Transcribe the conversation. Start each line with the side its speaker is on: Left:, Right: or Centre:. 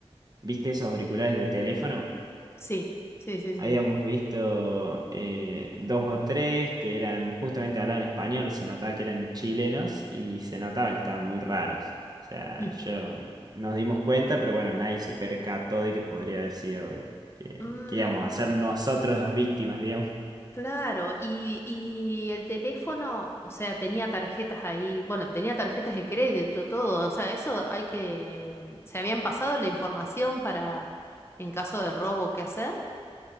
Right: viste esos auriculares de teléfono.
Left: Sí, sí, sí, sí.
Right: Habíamos visto eh, dos o tres que eran, justamente hablaban español, se notaba que eran chilenos y se notaba que estaban muy raros. O sea,
Left: Mm.
Right: yo nos dimos cuenta, pero bueno, nadie se percató de que podría haber sido que,
Left: Mm,
Right: que íbamos a ser nosotros las víctimas, digamos.
Left: claro, y, y el teléfono, o sea, tenía tarjetas ahí, bueno, tenía tarjetas de crédito, todo, o sea, eso hay que, mm, se habían pasado la información para, en caso de robo, qué hacer.